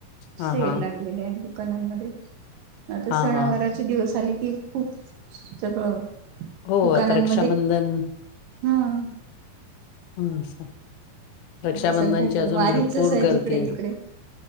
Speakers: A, on the left; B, on the right.
A: हा
B: सेल
A: हा
B: लागलेले आहे दुकानांमध्ये आता
A: हा
B: सणावार.
A: हा.
B: दिवस आले की खूप सगळं
A: हो
B: दुकानांमध्ये.
A: आता रक्षाबंधन
B: हम्म.
A: हम्म असं. रक्षाबंधनची
B: आता सध्या तर
A: अजून
B: वारीचच
A: भरपूर
B: आहे
A: गर्दी
B: जिकडे-तिकडे.